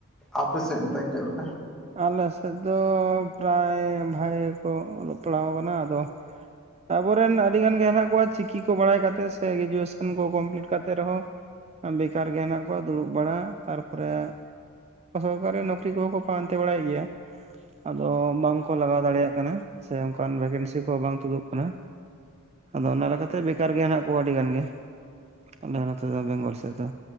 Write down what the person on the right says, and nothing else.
ᱟᱞᱮ ᱥᱮᱫ ᱫᱚ ᱯᱨᱟᱭ ᱵᱷᱟᱜᱮ ᱜᱮᱠᱚ ᱚᱞᱚᱜ ᱯᱟᱲᱦᱟᱣ ᱠᱟᱱᱟ ᱟᱫᱚ᱾ ᱟᱵᱚᱨᱮᱱ ᱟᱹᱰᱤ ᱜᱟᱱ ᱜᱮ ᱦᱮᱱᱟᱜ ᱠᱚᱣᱟ ᱪᱤᱠᱤ ᱠᱚ ᱵᱟᱲᱟᱭ ᱠᱟᱛᱮᱜ ᱥᱮ ᱜᱨᱮᱡᱩᱭᱮᱥᱚᱱ ᱠᱚ ᱠᱚᱢᱯᱞᱤᱴ ᱠᱟᱛᱮᱜ ᱨᱮᱦᱚᱸ᱾ ᱵᱮᱠᱟᱨ ᱜᱮ ᱦᱮᱱᱟᱜ ᱠᱚᱣᱟ ᱫᱩᱲᱩᱵ ᱵᱟᱲᱟ ᱛᱟᱨᱯᱚᱨᱮ ᱥᱚᱨᱠᱟᱨᱤ ᱱᱚᱠᱨᱤ ᱠᱚᱦᱚ ᱠᱚ᱾ ᱯᱟᱱᱛᱮ ᱵᱟᱲᱟᱭ ᱜᱮᱭᱟ ᱟᱫᱚ ᱵᱟᱝᱠᱚ ᱞᱟᱜᱟᱣ ᱫᱟᱲᱮᱭᱟᱜ ᱠᱟᱱᱟ ᱥᱮ ᱚᱱᱠᱟᱱ ᱵᱷᱮᱠᱮᱱᱥᱤ ᱠᱚ ᱵᱟᱝ ᱛᱩᱫᱩᱜ ᱠᱟᱱᱟ᱾ ᱟᱫᱚ ᱚᱱᱟ ᱞᱮᱠᱟᱛᱮ ᱵᱮᱠᱟᱨ ᱜᱮ ᱦᱮᱸᱱᱟᱜ ᱠᱚᱣᱟ ᱟᱹᱰᱤ ᱜᱟᱱ ᱜᱮ᱾ ᱟᱞᱮ ᱱᱚᱛᱮ ᱫᱚ ᱵᱮᱝᱜᱚᱞ ᱥᱮᱫ ᱫᱚ,